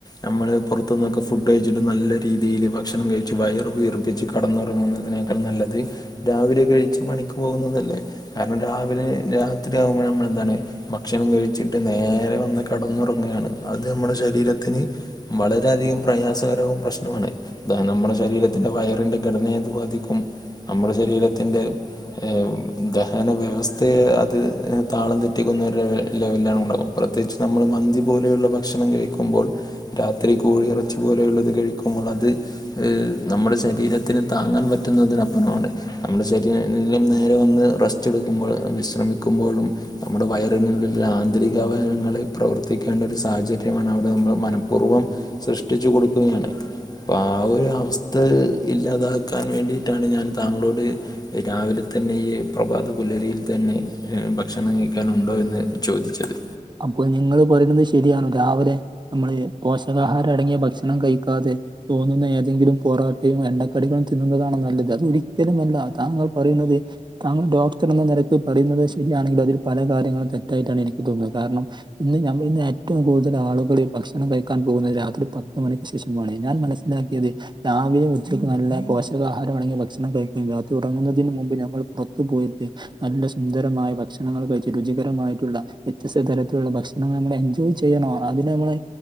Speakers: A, on the left; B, on the right.
A: നമ്മൾ പുറത്തുന്നൊക്കെ ഫുഡ് കഴിച്ചിട്ട് നല്ല രീതീല് ഭക്ഷണം കഴിച്ച് വയറ് വീർപ്പിച്ച് കടന്നുറങ്ങുന്നതിനേക്കാൾ നല്ലത് രാവിലെ കഴിച്ച് പണിക്ക് പോകുന്നതല്ലേ കാരണം രാ പിന്നെ രാത്രിയാവുമ്പോ ഞമ്മളെന്താണ് ഭക്ഷണം കഴിച്ചിട്ട് നേരെ വന്ന് കടന്നുറങ്ങുകയാണ്. അത് നമ്മടെ ശരീരത്തിന് വളരെയധികം പ്രയാസകരവും പ്രശ്നവുമാണ് ത നമ്മുടെ ശരീരത്തിന്റെ വയറിന്റെ ഘടനെയത് ബാധിക്കും നമ്മുടെ ശരീരത്തിന്റെ ഏഹ് ഉം ദഹന വ്യവസ്ഥ ത്തെ അത് എ താളം തെറ്റിക്കുന്നൊരു ലെവൽ ലെവെലാണ് ഉണ്ടാവപ്രത്യേകിച്ച് നമ്മൾ മന്തി പോലെയുള്ള ഭക്ഷണംകഴിക്കു ക്കുമ്പോൾ രാത്രി കോഴിയിറച്ചി പോലെയുള്ളത് കഴിക്കുമ്പോൾ അത് ഏ നമ്മുടെ ശരീരത്തിന് താങ്ങാൻ പറ്റുന്നതിനപ്പുറമാണ് നമ്മുടെ ശരീരം നേരെ വന്ന് റസ്റ്റെ ടുക്കുമ്പോഴ് വിശ്രമിക്കുമ്പോഴും നമ്മുടെ വയറിനുള്ളിലുള്ള ആന്തരിക അവയങ്ങള് പ്രവർത്തിക്കേണ്ട ഒരു സാഹചര്യമാണ് അവിടെ നമ്മള് മനഃപൂർവ്വം സൃഷ്ടിച്ചു കൊടുക്കുകയാണ് അപ്പ ആ ഒരു അവസ്ഥ ഇല്ലാതാക്കാൻ വേണ്ടിയിട്ടാണ് ഞാൻ താങ്കളോട് രാവിലെ തന്നെ ഈ പ്രഭാത പുലരിയിൽ തന്നെ ഭക്ഷണം കഴിക്കാനുണ്ടോയെന്ന് ചോദിച്ചത്
B: അപ്പോൾ നിങ്ങള് പറയുന്നത് ശരിയാണ് രാവിലെ നമ്മള് പോഷകാഹാരം അടങ്ങിയ ഭക്ഷണം കഴിക്കാതെ തോന്നുന്ന ഏതെങ്കിലും പൊറാട്ടയും എണ്ണക്കടികളും തിന്നുന്നതാണ് നല്ലത് അത ഒരിക്കലും അല്ല താങ്കൾ പറയുന്നത് താങ്കൾ ഡോക്ടർ എന്ന നിരക്ക് പറയുന്നത് ശരിയാണെങ്കിലും അതിൽ പല കാര്യങ്ങളും തെറ്റായിട്ടാണ് എനിക്ക് തോന്നുന്നത് കാരണം ഇന്ന് ഞ ഇന്ന് ഏറ്റവും കൂടുതൽ ആളുകൾ ഭക്ഷണം കഴിക്കാൻ പോകുന്നത് രാത്രി പത്ത് മണിക്ക് ശേഷംമാണ് ഞാൻ മന ന്നാക്കിയെത് രാവിലെ ഉച്ചയ്ക്ക് നല്ല പോഷകാഹാരംമാണെങ്കി ഭക്ഷണം കഴിക്കയും രാത്രി ഉറങ്ങുന്നതിന് മുമ്പ് ഞമ്മൾ പുറത്തു പോയിട്ട് നല്ല സുന്ദരമായ ഭക്ഷണങ്ങൾ കഴിച്ച് രുചികരമായിട്ടുള്ള വ്യത്യസ്ത തരത്തിലുള്ള ഭക്ഷണങ്ങൾ നമ്മൾ എൻജോയ് ചെയ്യണോ അതിന് നമ്മള്